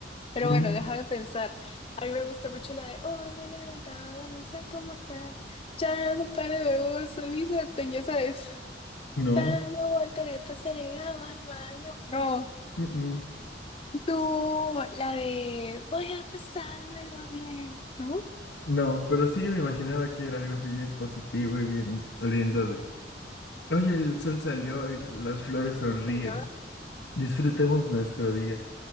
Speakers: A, on the left; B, on the left.
A: Pero
B: "Mm,
A: bueno, déjame pensar. A mí me gusta mucho la de Hoy me levantaba de un salto mortal. Ya no paro de vos, mi sartén, ya sabes.
B: no,
A: Dando volteretas se llegaba al baño. No,
B: mm, mm,
A: no, la de voy a pasármelo bien, ¿no?
B: no, pero sí me imaginaba que era algo así bien positivo y bien lindo de... Oye, el sol salió y las flores sonríen.
A: Señor,
B: Disfrutemos nuestro día.